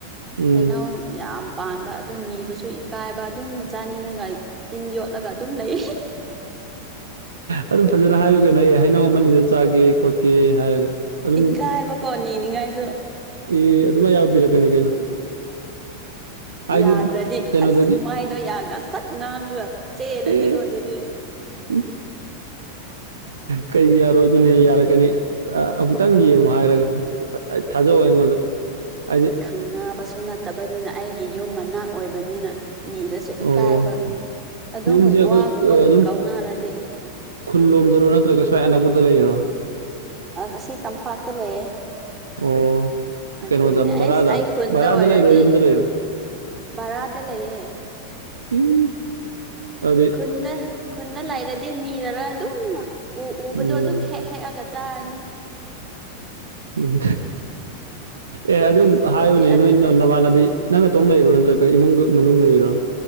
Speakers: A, on the right; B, on the right.
A: ꯎꯝ
B: ꯍꯅ ꯌꯥꯝ ꯄꯥꯟꯕ ꯑꯗꯨꯣ ꯅꯤꯕꯁꯨ ꯏꯀꯥꯏꯕ ꯑꯗꯨꯝ ꯆꯥꯅꯤꯡꯉꯒ ꯇꯤꯟ ꯌꯣꯠꯂꯒ ꯑꯗꯨꯝ ꯂꯩ
A: ꯑꯗꯨꯝ ꯐꯖꯅ ꯍꯥꯏꯌꯨ ꯀꯩꯅꯣ ꯑꯩ ꯍꯩꯅꯧ ꯑꯃꯅꯤꯗ ꯆꯥꯒꯦ ꯈꯣꯠꯀꯦ ꯍꯥꯏꯔꯒ ꯑꯗꯨꯝ
B: ꯏꯀꯥꯏꯕꯀꯣ ꯅꯤꯅꯤꯡꯉꯥꯏꯁꯨ
A: ꯑꯦ ꯑꯗꯨꯃꯥꯏ ꯌꯥꯕꯤꯔꯛꯀꯅꯤ ꯀꯩꯅꯣ ꯍꯥꯏꯗꯤ
B: ꯌꯥꯗ꯭ꯔꯗꯤ
A: ꯀꯩꯅꯣꯗꯒꯤ
B: ꯑꯁ ꯃꯥꯏꯗꯣ ꯌꯅꯥ ꯁꯠ ꯉꯥꯡꯉꯒ ꯆꯦꯜꯂꯗꯤꯀꯣ
A: ꯑꯦ
B: ꯑꯗꯨꯗꯤ
A: ꯏ ꯀꯩ ꯌꯥꯔꯣꯏꯗꯨꯅꯦ ꯌꯥꯔꯛꯒꯅꯤ ꯑꯃꯨꯛꯇꯪ ꯌꯦꯡꯉꯣ ꯍꯥꯏꯔꯒ ꯊꯥꯖꯧ ꯑꯩꯉꯣꯟꯗ ꯍꯥꯏꯗꯤ
B: ꯈꯪꯅꯥꯕꯁꯨ ꯅꯠꯇꯕꯅꯤꯅ ꯑꯩꯒꯤ ꯌꯨꯝ ꯃꯅꯥꯛ ꯑꯣꯏꯕꯅꯤꯅ ꯅꯤꯔꯁꯨ
A: ꯑꯣ
B: ꯏꯀꯥꯏꯕ ꯑꯗꯨꯃꯨꯛ
A: ꯌꯨꯝꯁꯦ ꯑꯩꯈꯣꯏ
B: ꯋꯥꯒꯨꯝꯕ
A: ꯑꯗꯨꯝ
B: ꯀꯥꯎꯅꯔꯗꯤ
A: ꯈꯨꯜ ꯂꯣꯝꯗꯔꯣ ꯅꯠꯇ꯭ꯔꯒ ꯁ꯭ꯋꯥꯏ ꯑꯅꯛꯄꯗ ꯂꯩꯔꯣ
B: ꯑꯁꯤ ꯇꯝꯄꯥꯛꯇ ꯂꯩꯌꯦ
A: ꯑꯣ
B: ꯑꯗꯨꯒꯤꯅꯦ
A: ꯀꯩꯅꯣꯗ
B: ꯑꯩꯁ
A: ꯕꯔꯥꯗ
B: ꯑꯩ ꯈꯨꯟꯗ
A: ꯕꯔꯥꯗ
B: ꯑꯣꯏꯔꯗꯤ
A: ꯂꯩꯔꯣ ꯌꯨꯝꯗ ꯂꯩꯔꯣ
B: ꯕꯔꯥꯗ ꯂꯩꯌꯦ
A: ꯎꯝ ꯑꯗꯤ
B: ꯈꯨꯟꯗ ꯈꯨꯟꯗ ꯂꯩꯔꯗꯤ ꯅꯤꯔꯒ ꯑꯗꯨꯝ ꯎ ꯎꯕꯗꯣ
A: ꯎꯝ
B: ꯑꯗꯨꯝ ꯍꯦꯛ ꯍꯦꯛꯑꯒ ꯆꯥꯔꯅꯤ
A: ꯎꯝ ꯑꯦ ꯑꯗꯨꯝ
B: ꯑꯁꯤꯗꯗꯤ
A: ꯍꯥꯏꯌꯨꯅꯦ
B: ꯑꯗꯨ
A: ꯅꯣꯏ ꯅꯃꯥꯟꯅꯕꯤ ꯅꯪ ꯅꯇꯣꯝ ꯂꯩꯔꯣ ꯅꯠꯇ꯭ꯔꯒ ꯏꯃꯨꯡ ꯃꯅꯨꯡ ꯂꯩꯔꯣ